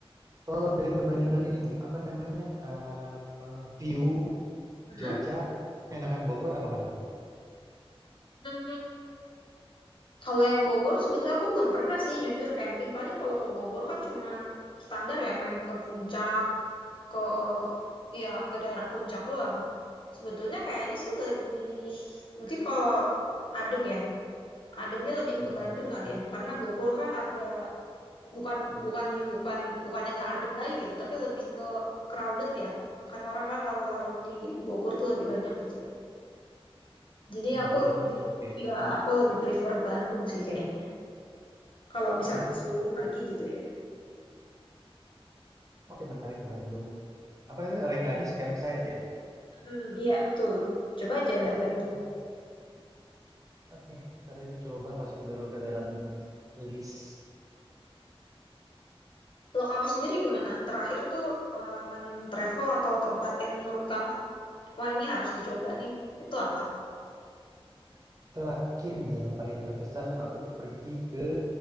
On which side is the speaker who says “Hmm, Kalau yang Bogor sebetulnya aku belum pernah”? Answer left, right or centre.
Left